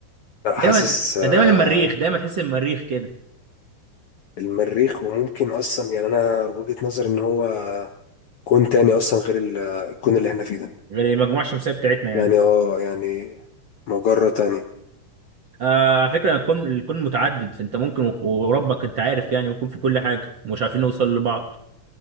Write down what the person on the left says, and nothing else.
لا
حاسس آه،
المريخ وممكن أصلا يعني أنا وجهة نظري إن هو كون تاني أصلا غير ال- آه، الكون اللي احنا فيه ده
يعني اه يعني مجرة تانية